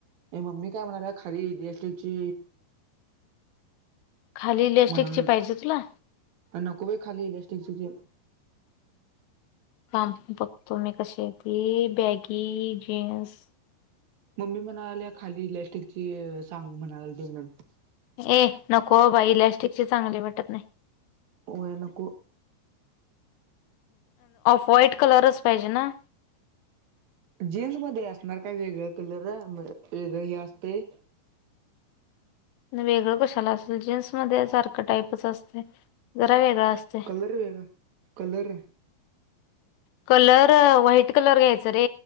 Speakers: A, on the right; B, on the left.
A: मम्मी काय म्हणाला खालीसटची
B: खाली इलॅस्टिकची
A: म्हणा
B: पाहिजे तुला
A: नकोब खाली कच ज
B: ां बघतो मी कशी आहे ती बॅगी जीन्स
A: मम्मी म्हणाले खाली इलस्टिकची सांग म्हणाले त
B: ए नको बा इलॅस्टिकचे चांगले वाटत नाही
A: हो नक
B: व्हाईट कलरच पाहिजे ना
A: जीन्स मध्ये असणार काय वेगळ कलर वेगळ हे असते
B: <inaudible> वेगळं कशाला असेल जीन्स मध्ये सारखं टाईपच असते जरा वेगळा असते
A: कलर वेग कलर
B: कलर व्हाईट कलर घ्यायच रे